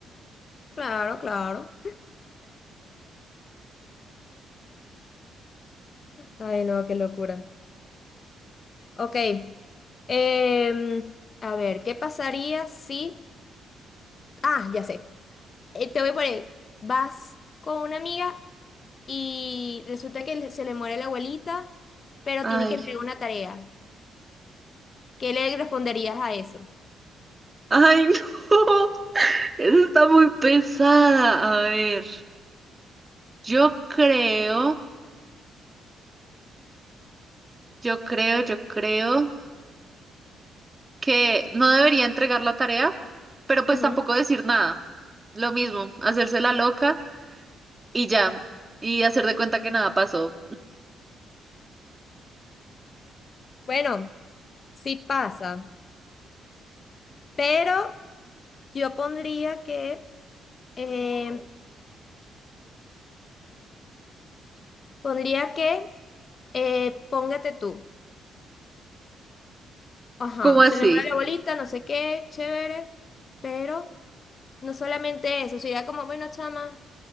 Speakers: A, on the left; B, on the right.
A: claro, claro. Ay, no, qué locura. Ok. em, a ver, ¿qué pasaría si... Ah, ya sé. eh, te voy a poner, vas con una amiga y resulta que le- se le muere la abuelita, pero
B: Ay,
A: tiene que entregar una tarea. ¿Qué le responderías a eso?
B: ay, <laughs> no, eso está muy pesada. A ver, yo creo, yo creo, yo creo que no debería entregar la tarea, pero pues
A: Ujú.
B: tampoco decir nada. Lo mismo, hacerse la loca y ya, y hacer de cuenta que nada pasó.
A: Bueno, sí pasa, pero yo pondría que, eh, pondría que, eh, póngate tú. Ajá,
B: ¿Cómo así?
A: se le muere la abuelita, no sé qué, chévere, pero no solamente eso, sería como, bueno, chama.